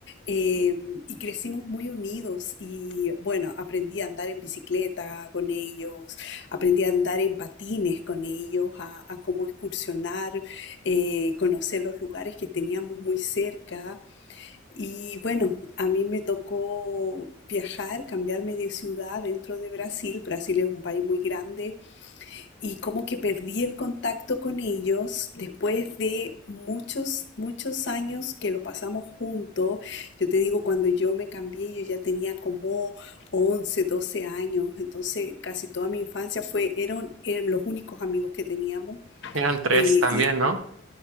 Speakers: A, on the left (about 60°); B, on the right (about 85°).
A: eh, y crecimos muy unidos y bueno, aprendí a andar en bicicleta con ellos, aprendí a andar en patines con ellos, a, a cómo excursionar, eh, conocer los lugares que teníamos muy cerca. Y bueno, a mí me tocó viajar, cambiarme de ciudad dentro de Brasil. Brasil es un país muy grande y como que perdí el contacto con ellos después de muchos, muchos años que lo pasamos juntos. Yo te digo, cuando yo me cambié, yo ya tenía como 11 12 años, entonces casi toda mi infancia fue, eran, eran los únicos amigos que teníamos.
B: Eran tres
A: Eh,
B: también,
A: y
B: ¿no?